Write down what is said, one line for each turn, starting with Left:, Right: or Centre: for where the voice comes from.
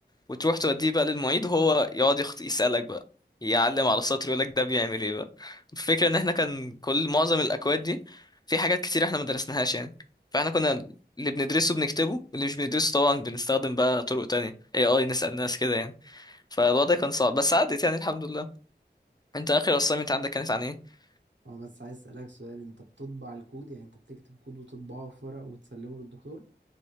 Left: وتروح توديه بقى للمعيد وهو يقعد يخط... يسألك بقى يعلم على السطر يقولك ده بيعمل ايه بقى الفكرة ان احنا كان كل معظم الاكواد دي في حاجات كتير احنا ما درسناهاش يعني فاحنا كنا اللي بندرسه بنكتبه واللي مش بندرسه طبعا بنستخدم بقى طرق تانية اي اي نسأل ناس كده يعني فالوضع كان صعب بس عدت يعني الحمد لله انت اخر assignment عندك كانت عن ايه
Right: اه بس عايز اسالك سؤال انت بتطبع الكود يعني انت بتكتب كود وتطبعه في ورق وتسلمه للدكتور